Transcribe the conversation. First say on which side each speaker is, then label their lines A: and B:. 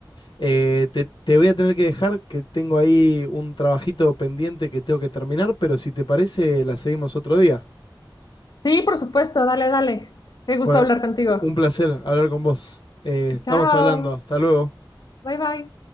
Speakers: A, on the left; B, on the left.
A: Eh, te, te voy a tener que dejar, que tengo ahí un trabajito pendiente que tengo que terminar, pero si te parece, la seguimos otro día.
B: Sí, por supuesto. Dale, dale. Qué gusto
A: Bueno,
B: hablar contigo.
A: un placer hablar con vos. Eh, estamos
B: Chao.
A: hablando. Hasta luego.
B: Bye bye.